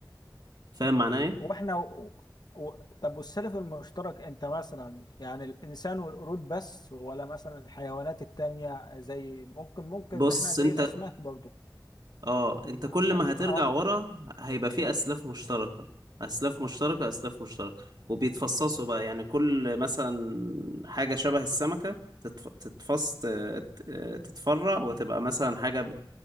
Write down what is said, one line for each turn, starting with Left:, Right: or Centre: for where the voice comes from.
Right: فاهم معناه ايه
Left: واحنا و... و... طب والسلف المشترك انت مثلا يعني الانسان والقرود بس ولا مثلا الحيوانات التانية زي ممكن ممكن
Right: بص
Left: احنا زي
Right: انت
Left: الاسماك برضو
Right: اه انت كل
Left: اه
Right: ما هترجع
Left: آه،
Right: ورا هيبقى في اسلاف مشتركه اسلاف مشتركه اسلاف مشتركه وبيتفصصوا بقى يعني كل مثلا حاجه شبه السمكه تتف... تتفص ت- ت- تتفرع وتبقى مثلا حاجه ب-